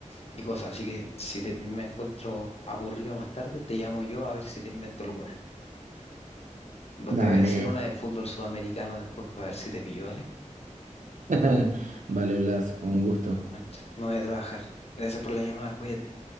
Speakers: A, on the left; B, on the right.
A: y cosas. Así que si te- me encuentro aburrido más tarde, te llamo yo a ver si te invento alguna. Vos
B: dale.
A: Te voy a hacer una de fútbol sudamericano después para ver si te pillo, ¿vale?
B: <laughs> Vale, Blas, con gusto.
A: Bueno, Charles, me voy a trabajar. Gracias por la llamada, cuídate.